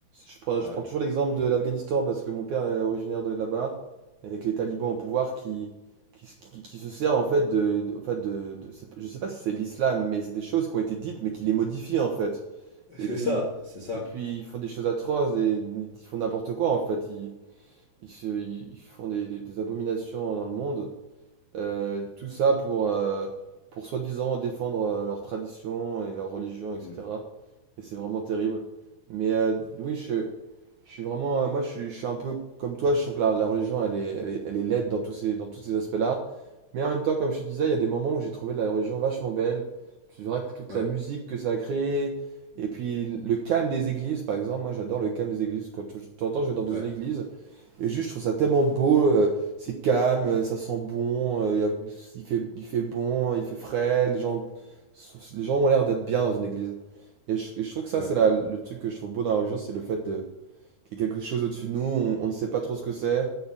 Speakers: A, on the right; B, on the left.
A: Je prends,
B: Ouais.
A: je prends toujours l'exemple de l'Afghanistan parce que mon père est originaire de là-bas, et avec les talibans au pouvoir qui, qui, s- qui- qui se servent en fait de, de- en fait de, de- c'est- je sais pas si c'est l'islam, mais c'est des choses qui ont été dites, mais qui les modifient en fait.
B: C'est
A: Et puis,
B: ça, c'est ça.
A: et puis ils font des choses atroces, et ils font n'importe quoi en fait. Ils, Ils se, ils ils font des, des- des abominations hein, dans le monde. Euh, tout ça pour, euh, pour soi-disant défendre euh, leur tradition et leur religion, etc.
B: Mm.
A: Et c'est vraiment terrible. Mais euh, oui, je, je suis vraiment. euh, moi, je, suis je suis un peu comme toi. Je trouve que la, la religion, elle est, elle est, elle est laide dans tous ces, dans tous ces aspects-là. Mais en même temps, comme je te disais, il y a des moments où j'ai trouvé la religion vachement belle. C'est vrai que toute
B: Ouais,
A: la musique que ça a créée. Et puis le calme des églises, par exemple, moi j'adore le calme des églises. Quand je- de temps en temps, je vais dans une
B: ouais,
A: église, et juste, je trouve ça tellement beau, euh, c'est calme, euh, ça sent bon, euh, y a- il fait, il fait bon, il fait frais, les gens, les gens ont l'air d'être bien dans une église. Et je, et je trouve que ça,
B: ouais.
A: c'est la- le truc que je trouve beau dans la religion, c'est le fait de, qu'il y a quelque chose au-dessus de nous, on, on ne sait pas trop ce que c'est.